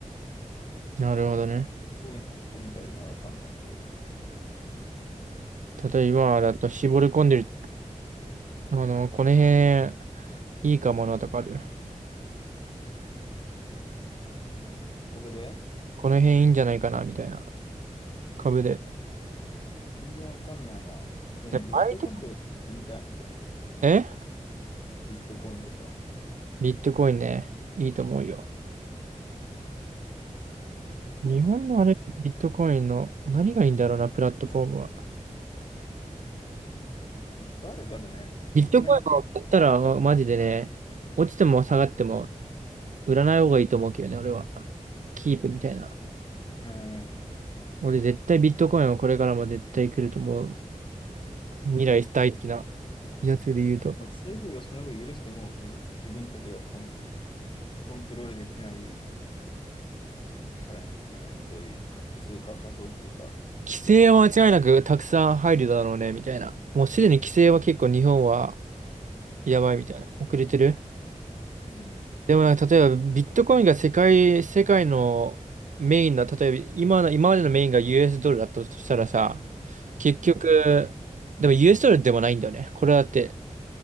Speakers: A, on the right; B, on the left.
A: なるほどね。
B: コイン買ってみたりね、わかんないけど。
A: 例えば、だと絞り込んでる、あの、この辺いいかもなとかある。
B: うん株で
A: この辺いいんじゃないかな、みたいな。株で。
B: いや、全然わかんないな。でも、
A: で、
B: ビットコインとか買ってみたいみたいなけど、
A: バイト、え
B: ビットコインとか。
A: ビットコインね。いいと思うよ。日本のあれ、
B: あ
A: ビットコインの何がいいんだろうな、プラットフォームは。
B: まあいっぱいあるからね、そんなにか、
A: ビットコインを買ったら、まマジでね、落ちても下がっても売らない方がいいと思うけどね、俺は。キープみたいな。
B: うん、
A: 俺絶対ビットコインはこれからも絶対来ると思う。未来大好きなやつで言うと。
B: 政府がその分許すともう、その自分たちがコン、コントロールできないカレンスじゃない、そういうか通貨、仮想通貨。
A: 規制は間違いなくたくさん入るだろうね、みたいな。もうすでに規制は結構日本はやばいみたいな。遅れてる
B: うん、
A: でもなんか例えばビットコインが世界、世界のメインの、例えば今の、今までのメインが US ドルだとしたらさ、結局、
B: うん
A: でも US ドルでもないんだよね。これだって